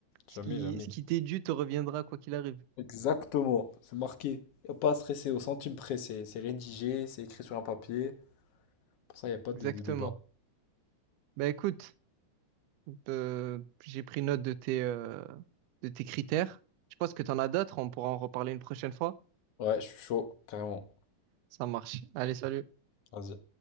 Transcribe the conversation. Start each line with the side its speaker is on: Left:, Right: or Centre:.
Right: Ce
Left: jamais,
Right: qui,
Left: jamais.
Right: ce qui t'est dû te reviendra quoi qu'il arrive.
Left: Exactement, c'est marqué. Y a pas à stresser au centime près, c'est c'est rédigé, c'est écrit sur un papier. Pour ça, il n'y a pas
Right: Exactement.
Left: de, de débat.
Right: Ben écoute. Euh, j'ai pris note de tes, euh, de tes critères. Je pense que tu en as d'autres, on pourra en reparler une prochaine fois.
Left: Ouais, je suis chaud, carrément.
Right: Ça marche. Allez, salut.
Left: Vas-y.